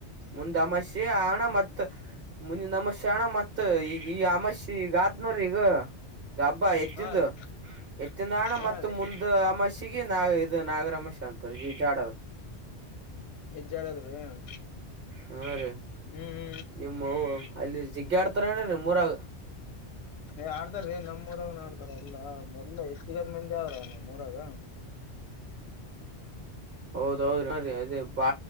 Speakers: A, on the right; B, on the left.
A: ಮುಂದ ಅಮಾಷೆ ಹಣ ಮತ್ ಮುಂದಿನ ಅಮಶೆ ಹಣ ಮತ್ ಈಗ ಈ ಅಮಾಶಿ ಈಗ. ಹದನೂರ ಈಗ ಹಬ್ಬಾ ಎತ್ತಂದು
B: ಹಾ ರೀ
A: ಎತ್ತಿಂದ ಹಣ
B: ಹಾ
A: ಮತ್ತ
B: ರೀ
A: ಮುಂದ ಅಮಷಿಗೆ ನಾ. ಇದು ನಾಗರಮೇಶ ಅಂತ ಜಾಡದ.
B: ಹೆಜ್ಜೆ ಆಡದ್ರಿ ಹ್ಮ್
A: ಹೂ ರೇ
B: ಹ್ಮ್
A: ನಿಮ್ಮವು. ಅಲ್ಲಿ ಜಿಗ್ಗ ಆಡ್ತಾರ ಏನ್ರಿ ಮೂರಾಗ.
B: ಏ ಆಡ್ತಾ ರೀ ನಮ್ಮೂಊರವ ಆಡ್ತಾರ ಅಲ್ಲ ಎಲ್ಲ ಹೆಚ್ಚಿಗದ ಮಂದಿ ಆದ್ರ. ಮೂರಾಗ.
A: ಹೌದೌದು ಅದೇ ಬಾ.